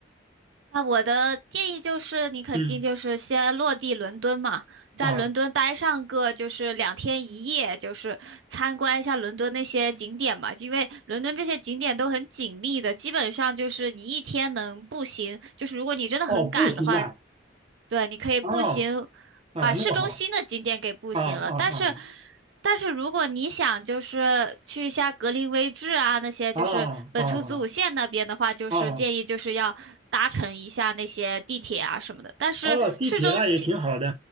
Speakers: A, on the right (about 65°); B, on the right (about 30°).
A: 那我的建议就是，你肯定就是先落地伦敦嘛，
B: 嗯
A: 在伦敦待上个就是两天一夜，
B: 啊
A: 就是参观一下伦敦那些景点嘛，因为伦敦这些景点都很紧密的，基本上就是你一天能步行，就是如果你真的很赶的话，
B: 哦，不行啊，
A: 对，你可以步行
B: 哦啊，
A: 把市中心的景点给步行了，
B: 那么好啊啊啊
A: 但是，但是如果你想就是去一下格林威治啊那些就是本初子午线那边的话，
B: 啊哦啊
A: 就是建议就是要搭乘一下那些地铁啊什么的。
B: 哦啊
A: 但是市中心
B: 哦，地铁那也挺好的。